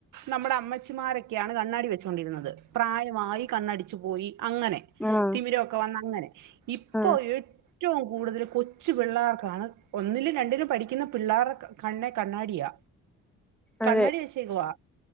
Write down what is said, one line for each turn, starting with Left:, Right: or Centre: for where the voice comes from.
Right: നമ്മുടെ അമ്മച്ചിമാരൊക്കെയാണ് കണ്ണാടി വെച്ചോണ്ടിരുന്നത് പ്രായമായി കണ്ണടിച്ചു പോയി അങ്ങനെ
Centre: ആഹ്
Right: തിമിരൊക്കെ വന്ന് അങ്ങനെ ഇപ്പൊ
Centre: ആഹ്
Right: ഏ റ്റോം കൂടുതൽ കൊച്ചു പിള്ളേർക്കാണ് ഒന്നിലും രണ്ടിലും പഠിക്കുന്ന പിള്ളേർടെ കണ്ണെ കണ്ണാടിയാ. കണ്ണാടി
Centre: അതെ
Right: വെച്ചേക്കുവാ